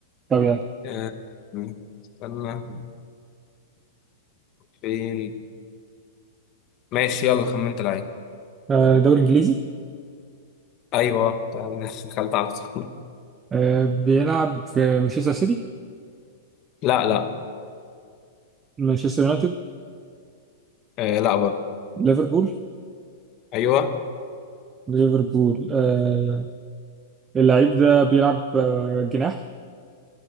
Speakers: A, on the right (about 15°); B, on the left (about 30°).
A: طب يعني
B: آه، استنى فين ماشي يلا خمنت العين
A: آه، دوري انجليزي
B: ايوه <laughs> دخلت على طول
A: آه، بيلعب في مانشستر سيتي
B: لا لا
A: مانشستر يونايتد
B: آه لا برضه
A: ليفربول
B: ايوه
A: ليفربول آه، اللعيب ده بيلعب آه، جناح